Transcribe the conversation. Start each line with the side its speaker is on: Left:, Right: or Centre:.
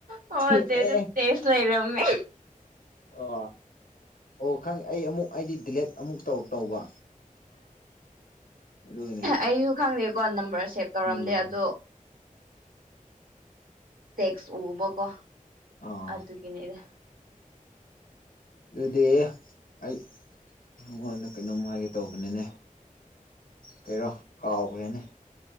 Right: ꯑꯣꯆꯦ
Left: ꯑꯦ
Right: ꯇꯦꯁ ꯂꯩꯔꯝꯃꯦ
Left: ꯑꯣ ꯑꯣ ꯈꯪ ꯑꯩ ꯑꯃꯨꯛ ꯑꯩꯗꯤ ꯗꯤꯂꯦꯠ ꯑꯃꯨꯛ ꯇꯧ ꯇꯧꯕ ꯑꯗꯨꯒꯤꯅꯤꯗ
Right: ꯑꯩꯁꯨ ꯈꯪꯗꯦꯀꯣ ꯅꯝꯕꯔ ꯁꯦꯞ ꯇꯧꯔꯝꯗꯦ
Left: ꯎꯝ
Right: ꯑꯗꯣ ꯇꯦꯛꯁ ꯎꯕꯀꯣ
Left: ꯑꯥ
Right: ꯑꯗꯨꯒꯤꯅꯦꯗ
Left: ꯑꯗꯨꯗꯤ ꯑꯩ ꯅꯉꯣꯟꯗ ꯀꯩꯅꯣꯝ ꯍꯥꯏꯒꯦ ꯇꯧꯕꯅꯤꯅꯦ ꯀꯩꯔꯣ ꯀꯥꯎꯈ꯭ꯔꯦꯅꯦ